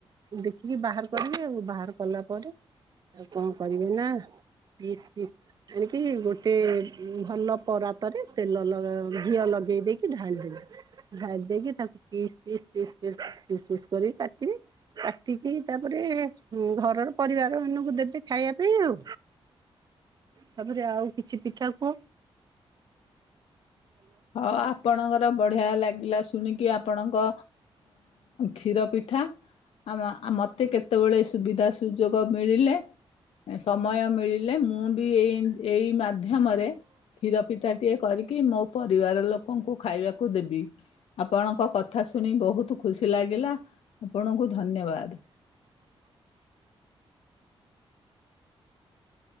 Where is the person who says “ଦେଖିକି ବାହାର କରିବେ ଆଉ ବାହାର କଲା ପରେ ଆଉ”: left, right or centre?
Right